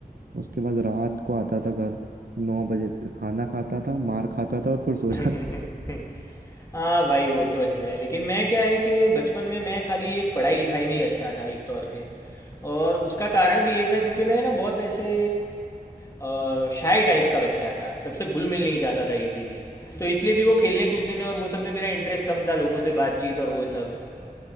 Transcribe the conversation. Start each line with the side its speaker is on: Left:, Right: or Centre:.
Right: उसके बाद रात को आता था घर नौ बजे फिर खाना खाता था मार खाता था और फिर सो
Left: <laughs>
Right: जाता
Left: हाँ भाई वो तो है लेकिन मैं क्या है कि बचपन में मैं खाली एक पढ़ाई लिखाई में ही अच्छा था एक तौर पे और उसका कारण भी ये था क्योंकि मैं ना बहुत ऐसे अ, शाय टाइप का बच्चा था सबसे घुल मिल नहीं जाता था इजीली तो इसलिए भी वो खेलने कूदने में और वो सब में मेरा इंटरेस्ट कम था लोगों से बातचीत और वो सब